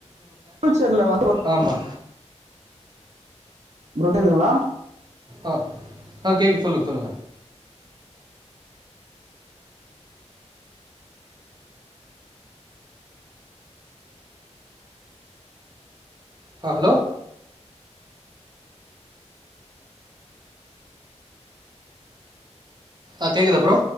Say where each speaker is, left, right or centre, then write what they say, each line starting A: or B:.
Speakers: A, on the right (about 70°); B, on the right (about 35°).
A: பியூச்சர்ல வந்து
B: ஆமா
A: ப்ரோ கேக்குதுங்ளா
B: ஆ ஆ கேட்ககுது சொல்லுங்க சொல்லுங்க ஆ ஹலோ ஆ கேக்குதா ப்ரோ